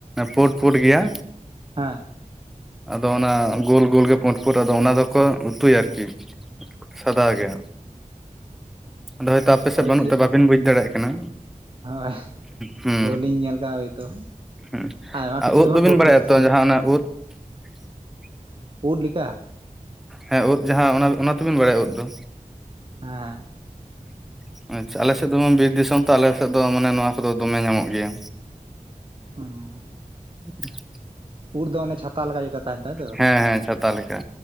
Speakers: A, in the centre; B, on the right.
A: ᱯᱳᱰ ᱯᱳᱰ ᱜᱮᱭᱟ
B: ᱦᱮᱸ
A: ᱟᱫᱚ ᱚᱱᱟ ᱜᱳᱞ ᱜᱳᱞ ᱜᱮ ᱯᱩᱸᱰ ᱯᱩᱸᱰ ᱟᱫᱚ ᱚᱱᱟ ᱫᱚᱠᱚ ᱩᱛᱩᱭᱟ ᱟᱨᱠᱤ ᱥᱟᱫᱟ ᱜᱮᱭᱟ ᱟᱫᱚ ᱦᱳᱭᱛᱳ ᱟᱯᱮᱥᱮᱫ
B: ᱦᱳᱭ
A: ᱵᱟᱹᱱᱩᱜ
B: ᱪᱮᱫ
A: ᱛᱮ ᱵᱟᱵᱤᱱ ᱵᱩᱡᱽ ᱫᱟᱲᱮᱭᱟᱜ ᱠᱟᱱᱟ
B: ᱦᱳᱭ
A: ᱦᱩᱸ
B: ᱵᱟᱹᱞᱤᱧ ᱧᱮᱞ ᱠᱟᱜᱼᱟᱳᱭᱛᱚ
A: ᱦᱩᱸ
B: ᱟᱭᱢᱟ
A: ᱟᱨ
B: ᱠᱤᱪᱷᱩ
A: ᱩᱫ ᱫᱚᱵᱤᱱ
B: ᱯᱷᱩᱴ
A: ᱵᱟᱲᱟᱭᱟ
B: ᱯᱷᱩᱴ ᱥ
A: ᱛᱚ ᱡᱟᱦᱟᱸ ᱚᱱᱟ <inaudible>
B: ᱩᱫ ᱞᱮᱠᱟ
A: ᱦᱮᱸ ᱩᱫ ᱡᱟᱦᱟᱸ ᱚᱱᱟ ᱛᱚᱵᱮᱱ ᱵᱟᱲᱟᱭᱟ ᱩᱫ ᱫᱚ
B: ᱦᱮᱸ
A: <inaudible> ᱟᱪᱪᱷᱟ ᱟᱞᱮ ᱥᱮᱫ ᱫᱚ ᱵᱤᱨ ᱫᱤᱥᱚᱢ ᱛᱚ ᱟᱞᱮ ᱥᱮᱫ ᱫᱚ ᱢᱟᱱᱮ ᱱᱚᱣᱟ ᱠᱚᱫᱚ ᱫᱚᱢᱮ ᱧᱟᱢᱚᱜ ᱜᱮᱭᱟ
B: ᱦᱮᱸ
A: ᱦ <inaudible>
B: ᱩᱲᱫ ᱫᱚ ᱚᱱᱮ ᱪᱷᱟᱛᱟ ᱞᱮᱠᱟ ᱡᱮᱴᱟ ᱛᱟᱦᱮᱱ ᱛᱟᱭᱛᱚ
A: ᱦᱮᱸ ᱦᱮᱸ ᱪᱷᱟᱛᱟ ᱞᱮᱠᱟ